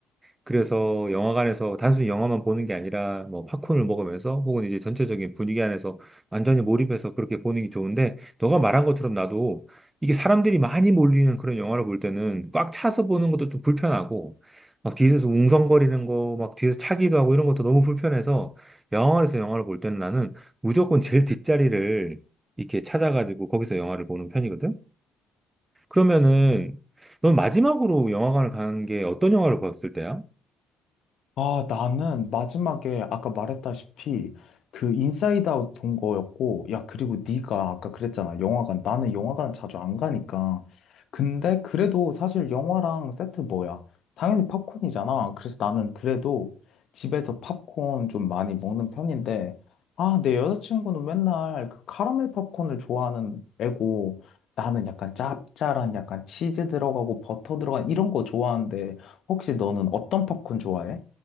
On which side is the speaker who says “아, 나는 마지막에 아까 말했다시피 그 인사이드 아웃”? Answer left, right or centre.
Left